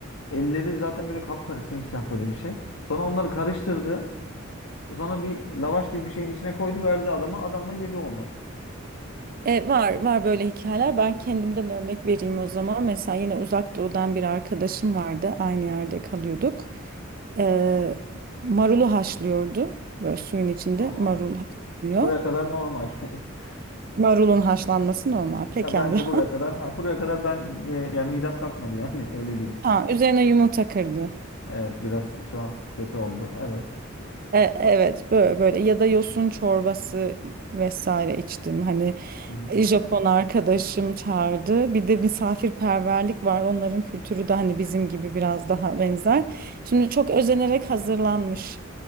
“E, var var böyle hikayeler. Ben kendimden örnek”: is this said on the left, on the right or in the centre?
Right